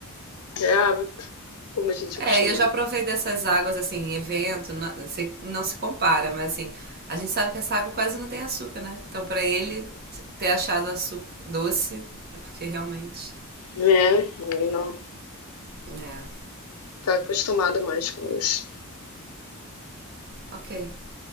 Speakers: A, on the left; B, on the right.
A: é hábito, como a gente
B: É,
A: acostuma.
B: e eu já
A: né?
B: provei dessas águas, assim, em evento, não se, não se compara, mas assim, a gente sabe que essa água quase não tem açúcar, né? Então, pra ele ter achado açúcar doce, é porque realmente.
A: É, não,
B: É,
A: tá acostumado mais com isso.
B: ok.